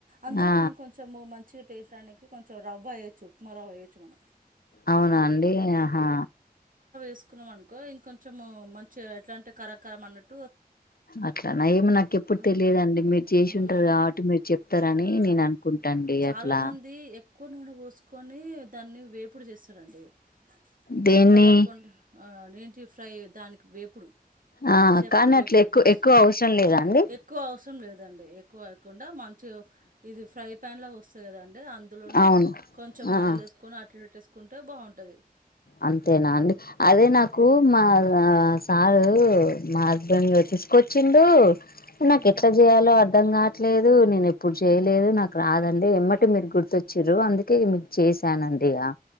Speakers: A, on the right; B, on the left.
A: అందులో
B: ఆ
A: మనం కొంచెం మంచిగ టేస్టరానికి కొంచెం రవ్వ ఎయొచ్చు ఉప్మా రవ్వ వేయొచ్చు మనం
B: అవునా అండి ఆహా
A: తీసుకున్నాం అనుకో ఇంకొంచం మంచి గా ఎట్లాంటి కారకర మన్నాటు
B: అట్లాన ఏమో నాకు ఎప్పుడు
A: ఆ!
B: తెలియదండి మీరు చేసి
A: హ్మ్.
B: ఉంటారు కాబట్టి మీరు చెప్తారని
A: ఆ!
B: నేను అనుకుంటాండి
A: చాలామంది
B: అట్లా
A: ఎక్కువ నూనె పోసుకొని దాన్ని వేపుడు చేసి చరడి <unintelligible>
B: దేన్ని
A: అట్లా కాకుండా ఏంటి ఫ్రై దానికి వేపుడు
B: ఆ
A: చేపల
B: కానీ
A: వేపుడు
B: అట్లా ఎక్కువ
A: చేస్తుంటే
B: ఎక్కువ అవసరం లేదా అండి
A: ఎక్కువ అవసరం లేదండి ఎక్కువ అవకుండా మంచిగ ఇది ఫ్రై ప్యాన్ లో పోస్తా కదా అందులోని
B: అవును
A: కొంచెం
B: ఆ
A: ఆయిల్ వేసుకొని అటు ఇటు కుంటే బాగుంటది
B: అంతేనా అండి అదే
A: ఆ!
B: నాకు మాఆ కాదు మ <unintelligible> తీసుకొచ్చి <unintelligible> ఇనా
A: హ్మ్.
B: కెట్లా చేయ్యాలో అర్ధంగాట్ లేదు నేను ఎప్పుడు చేయలేదు నాకు రాదండి ఎమ్మటే మీరు గుర్తొచ్చిర్రు అందుకే <inaudible> చేశానండీ ఆ